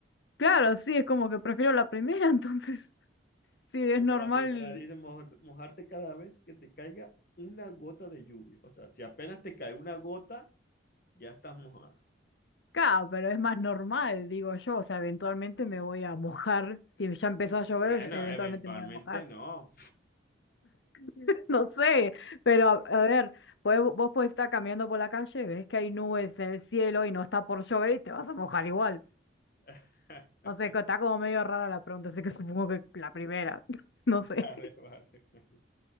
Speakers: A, on the left; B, on the left.
A: claro, sí, es como que prefiero la primera, <laughs> entonces, sí, es
B: Porque
A: normal,
B: la primera dice "Moj- mojarte cada vez que te caiga una gota de lluvia. O sea, si apenas te cae una gota, ya estás mojada.
A: claro, pero es más normal, digo yo, o sea, eventualmente me voy a mojar, si ya empezó a llover,
B: Bueno,
A: yo- eventualmente
B: eventualmente
A: me voy a mojar,
B: no.
A: <laughs> no sé, pero a, a ver, podés- vos podés estar caminando por la calle, ves que hay nubes en el cielo y no está por llover y te vas a mojar igual.
B: <laughs>
A: O sea, está como medio rara la pregunta, así que supongo que la primera. <laughs> No sé.
B: Vale, vale. <laughs>